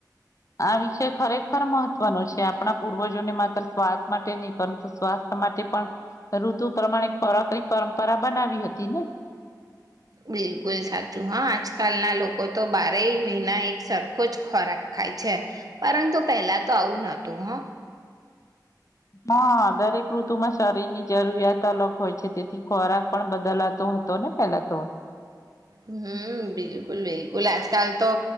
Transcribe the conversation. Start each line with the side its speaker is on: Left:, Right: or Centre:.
Left: આ વિષય ખરેખર મહત્વનો છે આપણા પૂર્વજોને માત્ર સ્વાદ માટે નહી પરંતુ સ્વાસ્થ માટે પણ ઋતુ પ્રમાણે ખોરાકની પરંપરા બનાવી હતી ને
Right: બિલકુલ સાચું હા આજકાલના લોકો તો બારેય મહિના એક સરખો જ ખોરાક ખાય છે પરંતુ પહેલા તો આવું નતું હં
Left: હા દરેક ઋતુમાં શરીરની જરૂરિયાત અલગ હોય છે તેથી ખોરાક પણ બદલાતો હતોને પેલા તો
Right: હમ બિલકુલ બિલકુલ આજકાલ તો